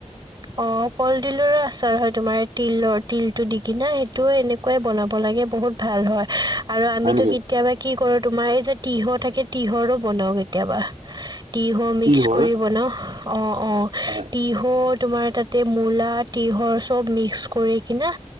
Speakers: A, on the right; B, on the right.
A: অ কলডিলৰো আচাৰ হয়, তোমাৰ তিলৰ তিলটো দি কিনা সেইটোও এনে কৈ বনাব লাগে বহুত ভাল হয়। আৰু আমিতো
B: হয় নেকি?
A: কেতিয়াবা কি কৰো তোমাৰ এই যে তিহ থাকে তিহৰো বনাও কেতিয়াবা। তিহ মিক্স
B: কি হ'ল?
A: কৰি বনাও, অ অ
B: হয়,
A: তিহু তোমাৰ তাতে মূলা, তিহৰ চব মিক্স কৰি কিনা